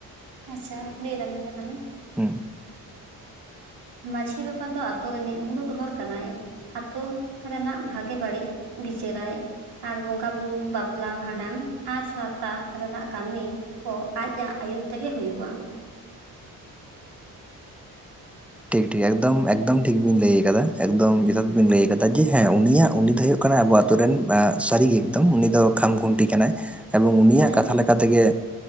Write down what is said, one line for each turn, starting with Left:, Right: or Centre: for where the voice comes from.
Right: ᱦᱩᱭ ᱥᱮ ᱞᱟᱹᱭ ᱫᱟᱞᱤᱧ ᱛᱟᱦᱚᱞᱮ
Centre: ᱦᱩᱸ
Right: ᱢᱟᱺᱡᱷᱤ ᱵᱟᱵᱟ ᱫᱚ ᱟᱛᱳ ᱨᱤᱱᱤᱜ ᱢᱩᱲᱩᱫ ᱦᱚᱲ ᱠᱟᱱᱟᱭ᱾ ᱟᱛᱳ ᱨᱮᱱᱟᱜ ᱵᱷᱟᱜᱮ ᱵᱟᱹᱲᱤᱡ ᱵᱤᱪᱟᱹᱨᱟᱭ᱾ ᱟᱨ ᱵᱚᱸᱜᱟ ᱵᱩᱨᱩ ᱵᱟᱯᱞᱟ ᱵᱷᱟᱸᱰᱟᱱ ᱟᱨ ᱥᱟᱶᱛᱟ ᱨᱮᱱᱟᱜ ᱠᱟᱹᱢᱤ ᱠᱚ ᱟᱡ ᱟᱜ ᱟᱹᱭᱩᱨ ᱛᱮᱜᱮ ᱦᱩᱭᱩᱜᱼᱟ᱾
Centre: ᱴᱷᱤᱠ ᱴᱷᱤᱠ ᱮᱠᱫᱚᱢ ᱮᱠᱫᱚᱢ ᱴᱷᱤᱠ ᱵᱤᱱ ᱞᱟᱹᱭᱟᱠᱟᱫᱟ᱾ ᱮᱠᱫᱚᱢ ᱡᱚᱛᱷᱟᱛ ᱵᱤᱱ ᱞᱟᱹᱭᱟᱠᱟᱫᱟ, ᱡᱮ ᱦᱮᱸ ᱩᱱᱤᱭᱟᱜ ᱩᱱᱤ ᱫᱚ ᱦᱳᱭᱳᱜ ᱠᱟᱱᱟᱭ ᱟᱵᱚ ᱟᱛᱩ ᱨᱮᱱ ᱥᱟᱹᱨᱤ ᱜᱮ ᱮᱠᱫᱚᱢ ᱩᱱᱤ ᱫᱚ ᱠᱷᱟᱢ ᱜᱩᱱᱴᱤ ᱠᱟᱱᱟᱭ ᱾ ᱮᱵᱚᱝ ᱩᱱᱤᱭᱟᱜ
Right: ᱦᱮᱸ
Centre: ᱠᱟᱛᱷᱟ ᱞᱮᱠᱟ ᱛᱮ ᱜᱮ